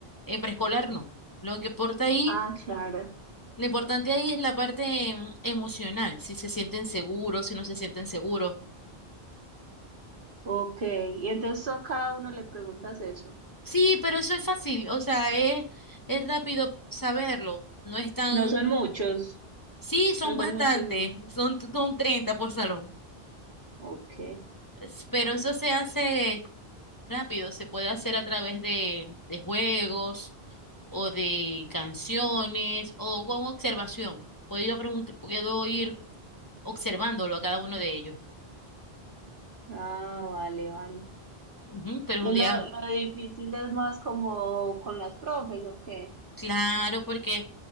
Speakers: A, on the left; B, on the right.
A: En preescolar no. Lo que importa ahí,
B: Ah, claro.
A: lo importante ahí es la parte em, emocional, si se sienten seguros, si no se sienten seguros.
B: Ok. Y entonces tú a cada uno le preguntas eso.
A: Sí, pero eso es fácil, o sea, es, es rápido saberlo. No es tan...
B: No son muchos,
A: Sí, son
B: no son
A: bastantes,
B: muchos. ni-
A: son, son 30 por salón.
B: Ok.
A: Es- Pero eso se hace rápido, se puede hacer a través de, de juegos o de canciones o con observación. Puedo ir, a pregunt- puedo ir observándolo a cada uno de ellos.
B: Ah, vale, vale.
A: Ujú, pero
B: Que
A: un
B: lo,
A: día,
B: lo difícil es más como con las profes, ¿o qué?
A: claro, porque